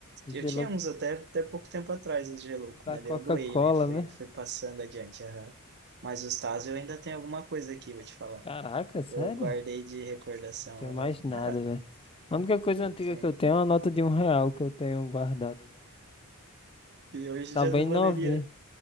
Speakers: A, on the right; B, on the left.
A: Eu
B: G-Louco
A: tinha uns até, até pouco tempo atrás, os Gelouco,
B: da
A: mas
B: Coca-Cola,
A: daí eu doei, né? Fui,
B: né?
A: fui passando adiante. aham. Mas os tazos eu ainda tenho alguma coisa aqui, vou te falar.
B: Caraca, sério?
A: Eu guardei
B: Não
A: de recordação.
B: tenho
A: aham.
B: mais nada,
A: Ah,
B: velho. A única coisa
A: eu
B: antiga
A: tenho.
B: que eu tenho é uma nota de um real que eu tenho guardado. no-
A: E hoje
B: Tá
A: já
B: bem
A: não
B: novinha.
A: valeria,